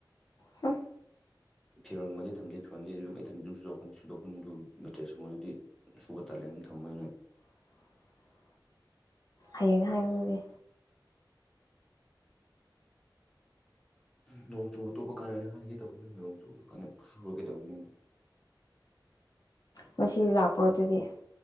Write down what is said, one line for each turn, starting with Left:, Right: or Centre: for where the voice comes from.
Left: ꯍ
Centre: ꯐꯤꯔꯣꯟꯃꯗꯤ ꯊꯝꯗꯦ ꯐꯤꯔꯣꯟꯗꯦ ꯑꯗꯨꯝ ꯏꯊꯟ ꯑꯗꯨꯝ ꯁꯣꯛ ꯁꯗꯣꯛꯟꯗꯨ ꯃꯦꯊꯦꯁꯀꯨꯝꯕꯗꯨꯗꯤ ꯁꯨꯕ ꯇꯜꯂꯦ ꯊꯝꯃꯅꯦ
Left: <inaudible> ꯍꯌꯦꯡ ꯍꯥꯏꯔꯒꯗꯤ
Centre: ꯅꯣꯡ ꯆꯨꯕ ꯑꯇꯣꯞꯄ ꯀꯥꯟꯅꯅꯤ ꯍꯥꯏꯒꯦ ꯇꯧꯕꯅꯤ ꯅꯣꯡꯆꯨ ꯁꯨꯔꯒꯦꯗꯧꯕꯅꯤ
Left: ꯃꯁꯤ ꯂꯥꯛꯄ꯭ꯔꯣ ꯑꯗꯨꯗꯤ